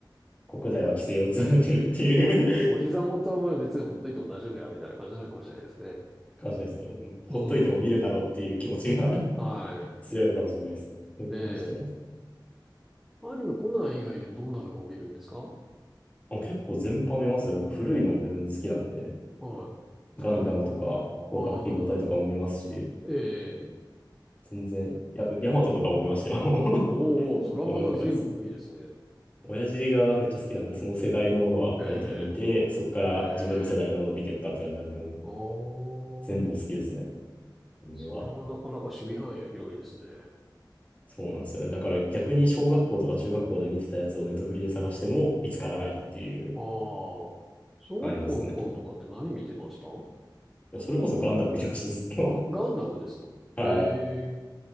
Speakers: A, on the left (about 15°); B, in the centre.
A: 国内は規制を強めてるっていう
B: お、<laughs> お、お膝元はまあ別にほっといても大丈夫や、みたいな感じなのかもしれないですね。
A: <laughs> 感じですね。もうほっといても見るだろうっていう気持ちが
B: うーん。はい。
A: <laughs> 強いのかもしれないですね。それに関しては。
B: ええアニメコナン以外でどんなのを見るんですか
A: あ、結構全般見ますね。僕古いのも全然好きなんで、
B: は
A: ガンダムとか、
B: い。例えば。
A: 攻殻機動隊とかも見ますし、
B: ああ、ガンダム。ええ
A: 全然、や、ヤマトとかも見ましたよ。
B: おお、
A: <laughs>
B: それはまた随分古いですね。
A: なんかそう。親父がめっちゃ好きなんで、その世代のものは大体見て、
B: え
A: そこから自分の世代のものを見てったって感じなんで、
B: えええ
A: もう
B: おー。
A: 全部好きですね。アニメは。
B: それはなかなか守備範囲が広いですね。
A: そうなんですよね。だから逆に小学校とか中学校で見てたやつをネットフリで探しても見つからないっていう、
B: ああ、小学校の頃とかって何見てました
A: ありますね。いや、それこそガンダム見てました、ずっと。
B: あ、ガンダムですかええ
A: <laughs> はい。